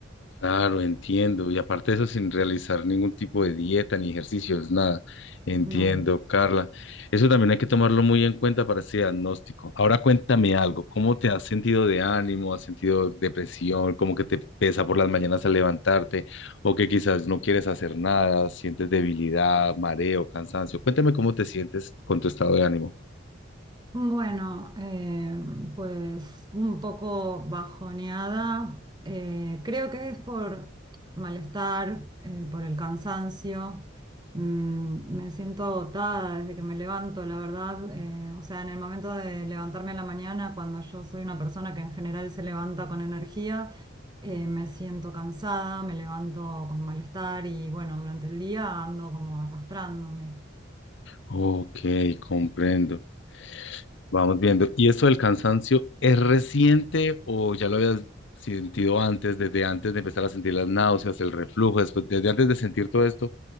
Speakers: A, on the left (about 65°); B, on the right (about 20°).
A: Claro, entiendo. Y aparte de eso, sin realizar ningún tipo de dieta ni ejercicios, nada. Entiendo,
B: No,
A: Carla. Eso también hay que tomarlo muy en cuenta para ese diagnóstico. Ahora cuéntame algo. ¿Cómo te has sentido de ánimo? ¿Has sentido depresión? ¿Cómo que te pesa por las mañanas al levantarte? ¿O que quizás no quieres hacer nada? ¿Sientes debilidad, mareo, cansancio? Cuéntame cómo te sientes con tu estado de ánimo.
B: Bueno, eh, pues un poco bajoneada. eh, creo que es por malestar, eh, por el cansancio. Mm, me siento agotada desde que me levanto, la verdad. eh, o sea, en el momento de levantarme a la mañana, cuando yo soy una persona que en general se levanta con energía, eh, me siento cansada, me levanto con malestar y bueno, durante el día ando como arrastrándome.
A: Ok, comprendo. Vamos viendo. ¿Y esto del cansancio es reciente o ya lo habías sentido antes, desde antes de empezar a sentir las náuseas, el reflujo, después, desde antes de sentir todo esto,